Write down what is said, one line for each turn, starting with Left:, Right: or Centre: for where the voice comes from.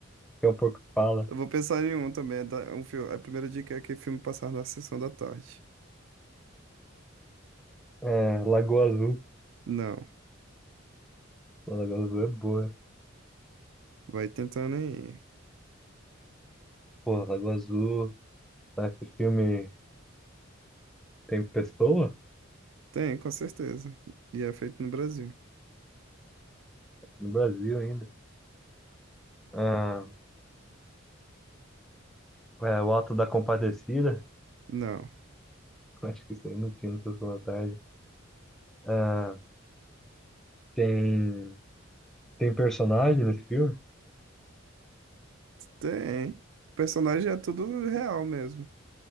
Centre: que é um porco que fala.
Right: Eu vou pensar em um também. tá? Um filme. A primeira dica é que filme passar na sessão da tarde.
Centre: É, Lagoa Azul.
Right: Não.
Centre: Pô, Lagoa Azul é boa.
Right: Vai tentando aí.
Centre: Pô, Lagoa Azul, né? esse filme tem pessoa?
Right: Tem, com certeza. E é feito no Brasil.
Centre: no Brasil ainda. Ah, é, o Alto da Compadecida,
Right: Não.
Centre: <laughs> acho que isso aí não tinha no Sessão da Tarde. Ah, tem, tem personagem nesse filme?
Right: Tem. O personagem é tudo real mesmo.